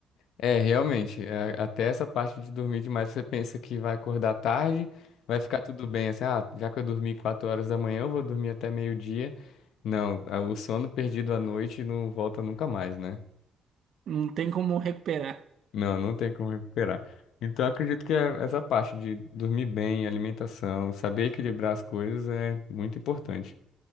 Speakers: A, on the left; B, on the right.
A: É, realmente, é, até essa parte de dormir demais, você pensa que vai acordar tarde, vai ficar tudo bem, assim, ah, já que eu dormi 4 horas da manhã, eu vou dormir até meio-dia. Não, a- o sono perdido à noite não volta nunca mais, né?
B: Não tem como recuperar.
A: Não, não tem como recuperar. Então, eu acredito que é essa parte de dormir bem, alimentação, saber equilibrar as coisas é muito importante